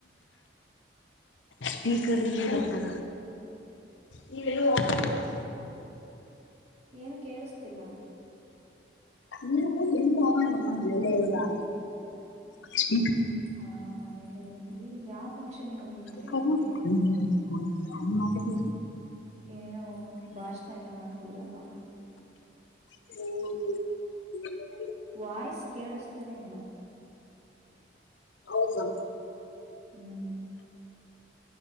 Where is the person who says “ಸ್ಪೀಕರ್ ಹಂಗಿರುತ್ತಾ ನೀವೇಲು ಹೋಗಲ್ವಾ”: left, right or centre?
Left